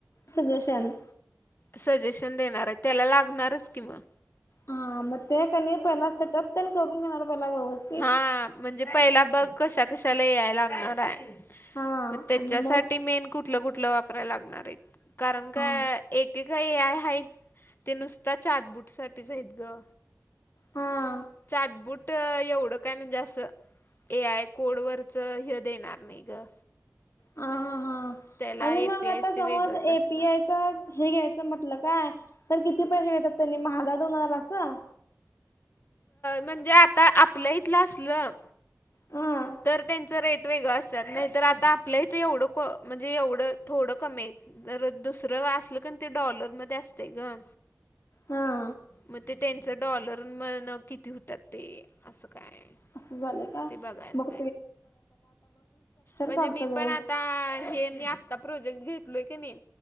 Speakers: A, on the left; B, on the left.
A: सजेशन.
B: सजेशन देणार आहे, त्याला लागणारच की मग?
A: हा मग ते क नई पहिला सेटअप तेन करून घ्यायला पहिला व्यवस
B: हा म्हणजे पहिला बघ कशा कशाला ए आय लागणारे.
A: हा
B: मग त्याच्यासाठी
A: आणि मग
B: मेन कुठलं कुठलं वापरायला लागणार आहे, कारण का
A: हा
B: एके का ए आय आहेत ते नुसतं चाटबुटसाठीच आहेत ग.
A: हा.
B: चाटबूट एवढं काय म्हणजे असं ए आय कोडवरचं हे देणार नाही ग.
A: ह हां हां
B: त्याला
A: आणि
B: ए
A: मग
B: पी आय
A: आता
B: सी
A: समज
B: वेगळंच असणार.
A: ए पी आय तर हे घ्यायचं म्हटलं काय तर किती पैसे घेतात त्यांनी म हजर दोन हजार असं?
B: म्हणजे आता आपलं इथलं असलं
A: हा.
B: तर त्यांचं रेट वेगळं असत्यात, नाहीतर आता आपल्या इथं एवढं को म्हणजे एवढं थोडं कमी आहे. जर दुसरं असलं क न ते डॉलर मध्ये असतंय ग.
A: हा.
B: मग ते त्यांचं डॉलर म किती होतात ते असं काय?
A: असं झालंय का?
B: ते बघायला
A: मग
B: म्हणजे
A: काढतो
B: मी पण आता हे मी आता प्रोजेक्ट घेत लोय की नाही?